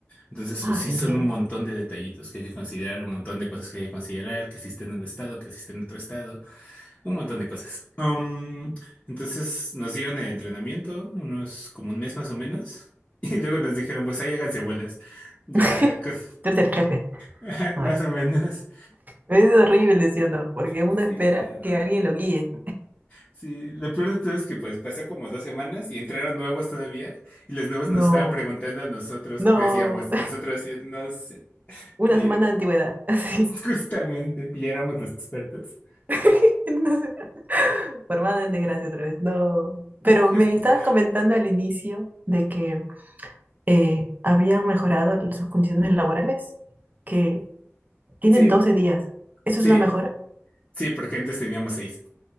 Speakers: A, on the left (about 25°); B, on the right (about 35°).
A: Entonces,
B: Ah,
A: pues sí,
B: genial.
A: son un montón de detallitos que hay que considerar, un montón de cosas que hay que considerar, que existe en un estado, que existe en otro estado. Un montón de cosas. Am, entonces nos dieron el entrenamiento, unos como un mes más o menos, <laughs> y luego nos dijeron, pues ahí háganse bolas. Ya,
B: <laughs>
A: con-
B: Tú eres el jefe
A: <laughs> más
B: ahora.
A: o menos.
B: Es horrible, ¿sí o no? Porque uno
A: Sí,
B: espera
A: ¿no?
B: que alguien lo guíe.
A: Sí, lo peor de todo es que pues pasó como dos semanas y entraron nuevos todavía, y los nuevos
B: No,
A: nos estaban preguntando a nosotros
B: no.
A: qué hacíamos. Nosotros sí, no sé,
B: Una
A: ni
B: semana
A: idea.
B: de antigüedad, así.
A: <laughs> Justamente, ya éramos los expertos.
B: <laughs> Una semana. Formada en desgracia otra vez. No.
A: <laughs>
B: Pero me
A: Justo.
B: estabas comentando al inicio de que eh, habían mejorado sus condiciones laborales, que tienen
A: Sí,
B: 12 días. ¿Eso
A: sí,
B: es una mejora?
A: sí, porque antes teníamos seis,